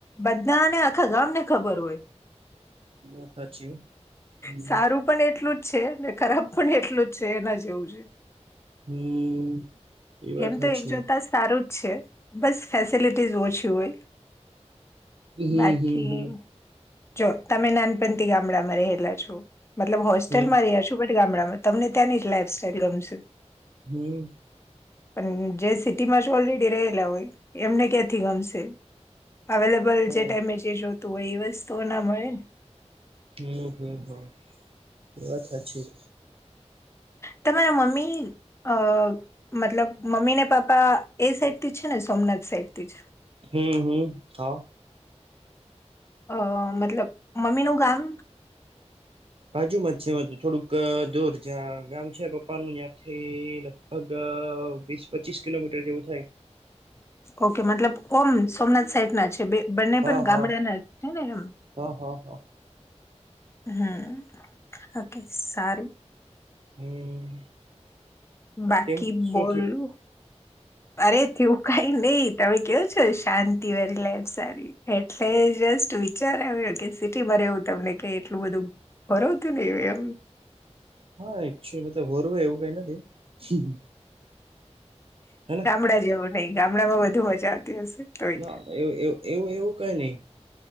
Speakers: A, on the left; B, on the right.
A: બધા ને આખા ગામ ને ખબર હોય.
B: એ સાચી. હમ
A: સારું પણ એટલું જ છે ને ખરાબ પણ એટલું જ છે એના જેવું છે.
B: હમ એ વાત
A: એમ
B: સાચી
A: તો એક જોતા સારું જ છે બસ ફેસિલિટીઝ ઓછી હોય
B: હ
A: બાકી
B: હમ હમ હ
A: જો તમે નાનપથી ગામડામાં રહેલા છો મતલબ હોસ્ટેલમાં
B: હમ
A: રહ્યા છો ટ ગામડામાં તમને ત્યાંની જ લાઈફ સાઈલ ગમશે
B: હમ
A: પણ જે સિટી માં જ ઓલરેડી રહેલા હોય એમને ક્યાંથી ગમશે અવેલેબલ
B: હા
A: જે ટાઈમે જે જોતું હોય એ વસ્તુઓ ના મળે ને
B: હમ હમ હમ એ વાત સાચી
A: તમારા મમ્મી અ મતલબ મમ્મી ને પાપા એ સાઈડ થી જ છે ને સોમનાથ સાઈડ થી જ
B: હમ હમ હ
A: અ મતલબ મમીનુંું ગામ
B: બાજુમાં જ છે તો થોડુંક દૂર જ ગામ છે પપ્પાનું ત્યાંથી લગભગ વીસ પચીસ કિલોમીટર જેવું થાય
A: ઓકે મતલબ ઓમ સોમનાથ સાઈટ ના છે બંને
B: હા
A: પણ
B: હા
A: ગામડાના છે ને એમ
B: હા હા હા
A: હમ ઓકે સારું
B: હમ
A: બાકી
B: કેમ શું
A: બોલું
B: થયું
A: અરે થયું કઈ નહીિ તમે કેવો છો શાંતિ વરી લેબ સારી એટલે જસ્ટ વિચાર આવ્યો કે સિટીમાં રહેવું તમને કે એટલું બધું કર તો નને વમ
B: હા એચલી મતલબ હોરુંય એવું કઈ નથી હેને
A: ગામડા જેવું નહિ ગામડા માં વધુ મજા આવતી હશે તોય
B: ના ના એવ એવું એવું કઈ નહી